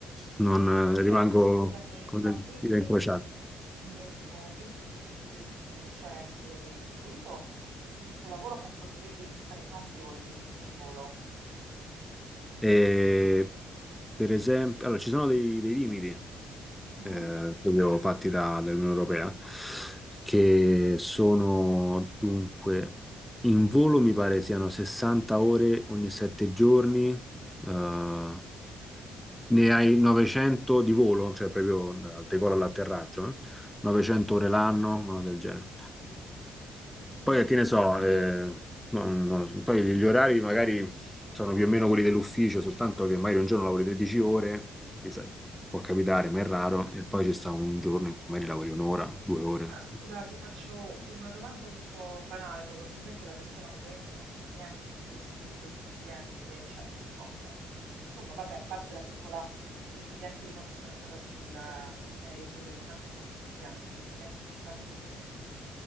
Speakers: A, in the centre; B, on the right.
A: Non
B: Senti,
A: eh, rimango
B: scusami,
A: con
B: ma
A: le
B: quindi
A: dita
B: nel,
A: incrociate.
B: nel momento in cui tu potresti incominciare a essere retribuito, il tuo lavoro comporterebbe passare quante ore, per esempio, in volo?
A: E, per esempio, allora, ci sono dei, dei limiti.
B: Mhm.
A: eh, proprio fatti da- dall'Unione Europea, che sono dunque in volo mi pare siano 60 ore ogni 7 giorni, eh, ne hai 900 di volo, cioè proprio dal decollo all'atterraggio, eh, 900
B: Mhm,
A: ore l'anno, una cosa del genere.
B: mhm,
A: Poi che ne so, eh, non- non- poi gli orari magari sono più o meno quelli dell'ufficio, soltanto che magari un giorno lavori 13 ore, che sa- può capitare,
B: mhm.
A: ma è raro, e poi ci sta un giorno in cui magari lavori un'ora, due ore.
B: Ma scusa, ti faccio una domanda un po' banale, probabilmente la persona che ovviamente non sa niente di questo, di quest'ambiente, cioè, so- no, vabbè, insomma, vabbè, a parte la piccola esperienza di quando sono stata sull'aereo, quello che manco so come si chiama in termini tecnici, ma comunque